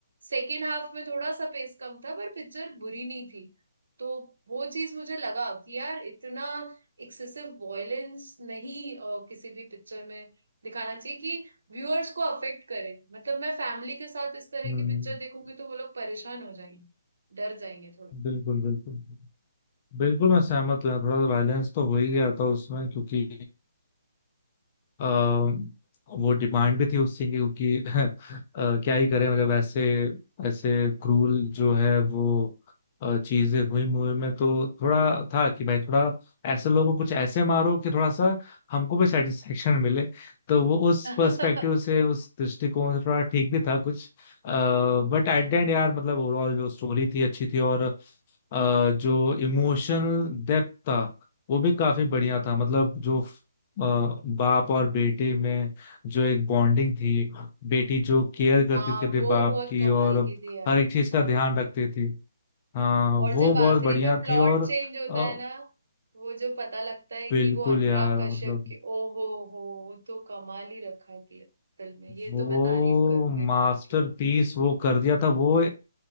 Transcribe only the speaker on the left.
हम्म,
बिल्कुल बिल्कुल बिल्कुल मैं सहमत हूँ यार, थोड़ा वायलेंस तो हो ही गया था उसमें क्योंकि अ, वो डिमांड भी थी उस सीन की क्योंकि <laughs> अ, क्या ही करें मतलब ऐसे ऐसे क्रूल जो है वो अ, चीजें हुई मूवी में तो थोड़ा था कि भाई थोड़ा ऐसे लोगों को कुछ ऐसे मारो कि थोड़ा सा हमको भी सेटिस्फेक्शन मिले तो वो उस
पर्सपेक्टिव
से उस दृष्टिकोण से थोड़ा ठीक भी था कुछ बट एट
द एंड यार मतलब ओवरऑल जो स्टोरी थी अच्छी थी और अ, जो इमोशनल डेप्थ था वो भी काफी बढ़िया
था मतलब जो अ, बाप और बेटे में जो एक बॉन्डिंग थी बेटी जो केयर करती
थी अपने
बाप
की
और
हर एक चीज का
ध्यान रखती थी हाँ वो
बहुत
बढ़िया
थी और
अ,
बिल्कुल
यार
मतलब
वो
मास्टरपीस
वो कर दिया था वो